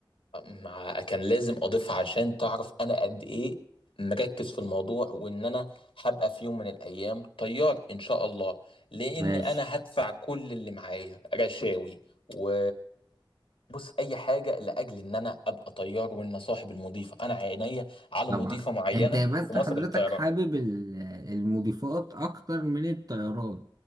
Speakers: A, on the left; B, on the right.
A: مع كان لازم اضيفها عشان تعرف انا قد ايه مركز في الموضوع وان انا هبقى في يوم من الايام طيار ان شاء الله لان
B: ماشي
A: انا هدفع كل اللي معايا رشاوي و بص اي حاجه لاجل ان انا ابقى طيار وان صاحب المضيفه انا عينيا على
B: طبعا
A: مضيفه معينه
B: انت يبقى انت
A: في مصر
B: حضرتك
A: للطيران
B: حابب ال- المضيفات اكتر من الطيران